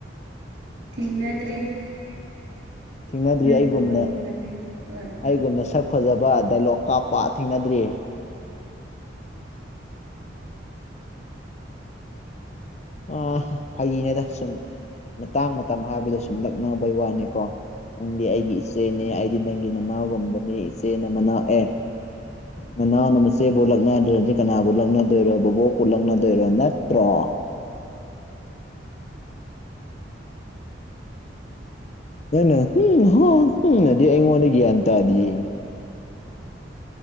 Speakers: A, on the right; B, on the left.
A: ꯊꯦꯡꯅꯗ꯭ꯔꯤ
B: ꯊꯦꯡꯅꯗ꯭ꯔꯤ
A: ꯅꯪꯒꯨꯝꯕ
B: ꯑꯩꯒꯨꯝꯅ
A: ꯊꯦꯡꯅꯗ꯭ꯔꯤ ꯍꯣꯏ
B: ꯑꯩꯒꯨꯝꯅ ꯁꯛ ꯐꯥꯖꯕ ꯗꯥꯏꯂꯣꯛ ꯀꯥꯞꯄ ꯊꯦꯡꯅꯗ꯭ꯔꯤ
A: <inaudible>
B: ꯑꯥ ꯐꯥꯒꯤꯅꯤꯗ ꯁꯨꯝ ꯃꯇꯥꯡ ꯃꯇꯝ ꯍꯥꯏꯕꯗꯣ ꯁꯨꯝ ꯂꯛꯅꯕꯩ ꯋꯥꯅꯤꯀꯣ ꯅꯪꯗꯤ ꯑꯩꯒꯤ ꯏꯆꯦꯅꯦ ꯑꯩꯗꯤ ꯅꯪꯒꯤ ꯅꯅꯥꯎꯒꯨꯝꯕꯅꯦ ꯏꯆꯦꯅ ꯃꯅꯥꯎ ꯑꯦ ꯅꯅꯥꯎꯅ ꯃꯆꯦꯕꯨ ꯂꯛꯅꯗ꯭ꯔꯥꯗꯤ ꯀꯅꯥꯕꯨ ꯂꯛꯅꯗꯣꯏꯔꯣ ꯕꯣꯕꯣꯛꯄꯨ ꯂꯛꯅꯗꯣꯏꯔꯣ ꯅꯠꯇ꯭ꯔꯣ ꯅꯪꯅ ꯍꯨꯝ ꯍꯥ ꯍꯝꯅꯗꯤ ꯑꯩꯉꯣꯟꯗ ꯒ꯭ꯌꯥꯟ ꯇꯥꯗꯤꯌꯦ